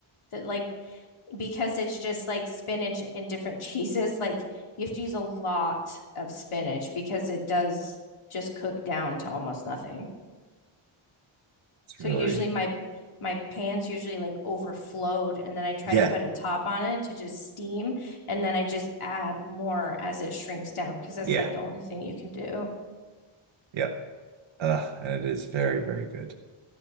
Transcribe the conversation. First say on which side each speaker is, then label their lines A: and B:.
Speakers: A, on the left (about 75°); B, on the right (about 65°).
A: that like because it's just like spinach and different <laughs> cheeses, like you have to use a lot of spinach because it does just cook down to almost nothing.
B: It's
A: So
B: really,
A: usually my my pans usually like overflowed and then I try
B: yeah,
A: to put a top on it to just steam and then I just add more as it shrinks down because that's
B: yeah,
A: like the only thing you can do.
B: yep. Uh, and it is very, very good.